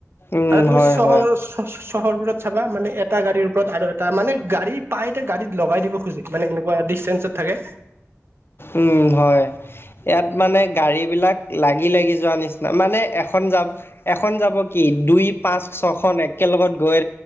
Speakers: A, on the left; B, on the right.
A: উম,
B: আৰু তুমি
A: হয়,
B: চহৰ-চহৰবোৰত
A: হয়।
B: চাবা মানে এটা গাড়ীৰ ওপৰত আৰু। <unintelligible> তাৰ মানে গাড়ী পাই গাড়ীত লগাই দিব খোজে মানে এনেকুৱা ডিচটেন্সত থাকে।
A: উম হয়। ইয়াত মানে গাড়ী বিলাক লাগি, লাগি যোৱা নিচিনা মানে এখন যা এখন যাব কি দুই পাঁচ ছখন একেলগত গৈ